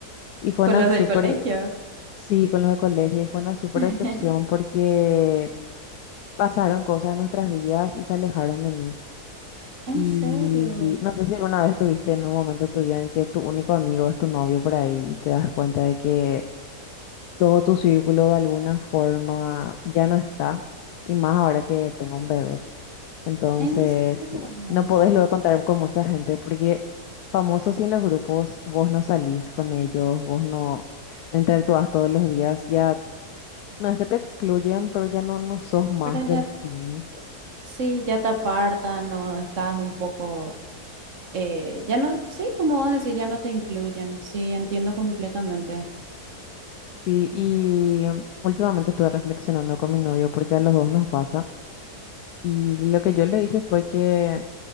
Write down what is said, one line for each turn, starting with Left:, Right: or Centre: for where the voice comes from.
Left: Y fue
Right: con
Left: una
Right: los del
Left: súper,
Right: colegio.
Left: sí, con los de colegio, y fue una súper
Right: <laughs>
Left: decepción porque pasaron cosas en nuestras vidas y se alejaron de mí.
Right: En
Left: Y
Right: serio,
Left: no sé si alguna vez tuviste en un momento de tu vida en que tu único amigo es tu novio por ahí y te das cuenta de que todo tu círculo de alguna forma ya no está. Y más ahora que tengo un bebé. Entonces,
Right: en serio, <laughs> No,
Left: no podés
Right: sí.
Left: luego contar con mucha gente porque famosos y en los grupos vos no salís con ellos, vos no, no interactúas todos los días, ya no es que te excluyen, pero ya no, no sos más
Right: Pero ya
Left: del team.
Right: Sí, ya te apartan o estás un poco, eh, ya no, sí, como vos decís, ya no te incluyen. Sí, entiendo completamente.
Left: Sí, y últimamente estuve reflexionando con mi novio porque a los dos nos pasa y lo que yo le dije fue que